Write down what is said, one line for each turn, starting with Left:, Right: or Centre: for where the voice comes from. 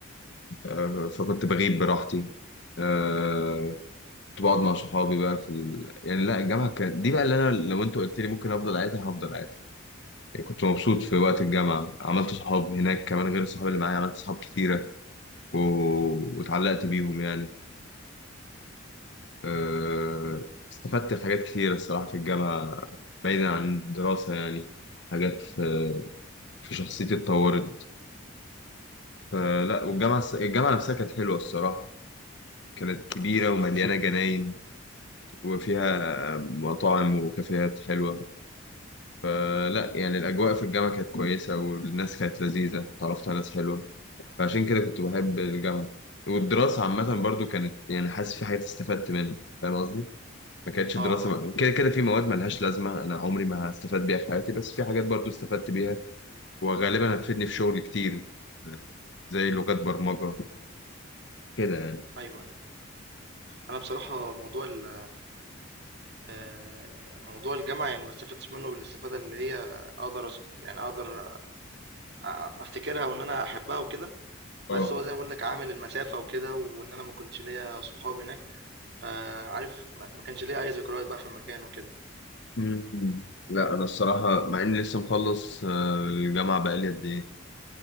Left: آه، فكنت بغيب براحتي آه، كنت بقعد مع صحابي بقى في ال... يعني لا الجامعة كانت دي بقى اللي أنا لو أنت قلت لي ممكن أفضل قاعدها هفضل قاعدها يعني كنت مبسوط في وقت الجامعة عملت صحاب هناك كمان غير الصحاب اللي معايا عملت صحاب كتيرة و... واتعلقت بيهم يعني أه... استفدت حاجات كتيرة الصراحة في الجامعة بعيدا عن الدراسة يعني حاجات في, في شخصيتي اتطورت فلا والجامعة الجامعة نفسها كانت حلوة الصراحة كانت كبيرة ومليانة جناين وفيها مطاعم وكافيهات حلوة فلا يعني الأجواء في الجامعة كانت كويسة والناس كانت لذيذة اتعرفت على ناس حلوة فعشان كده كنت بحب الجامعة والدراسة عامة برضو كانت يعني حاسس في حاجات استفدت منها فاهم قصدي؟ ما كانتش
Right: آه،
Left: دراسة م- كده كده في مواد ملهاش لازمة أنا عمري ما هستفاد بيها في حياتي بس في حاجات برضو استفدت بيها وغالبا هتفيدني في شغل كتير زي لغات برمجة كده يعني
Right: أيوه، أيوه. أنا بصراحة موضوع ال آآ، موضوع الجامعة يعني ما استفدتش منه بالاستفادة اللي هي أقدر أس يعني أقدر أ أفتكرها وإن أنا أحبها وكده، بس
Left: اه
Right: هو زي ما باقول لك عامل المسافة وكده، وإن أنا ما كنتش ليّا صحاب هناك، فعارف ما ما كانش ليّا أي ذكريات بقى في المكان وكده.
Left: مم. لا أنا الصراحة مع إني لسه مخلص آه، الجامعة بقالي قد إيه؟